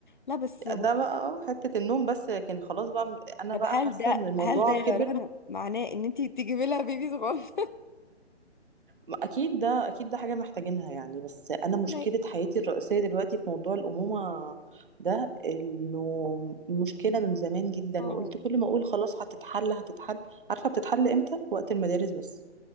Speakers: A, on the left; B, on the right.
A: لا بس هو-
B: ده بقى اه حتة النوم بس لكن خلاص بقى
A: <laughs>
B: انا
A: طب
B: بقى
A: هل
B: حاسة
A: ده
B: ان الموضوع
A: هل ده يا
B: كبر
A: رنا معناه ان انتي تجيبي لها بيبي صغير
B: ما اكيد ده اكيد ده حاجة محتاجينها يعني بس انا مشكلة
A: <laughs> لا.
B: حياتي الرئيسية دلوقتي في موضوع الأمومة ده انه مشكلة من زمان جدا
A: اه
B: وقلت كل ما اقول خلاص هتتحل هتتحل عارفة بتتحل امتى وقت المدارس بس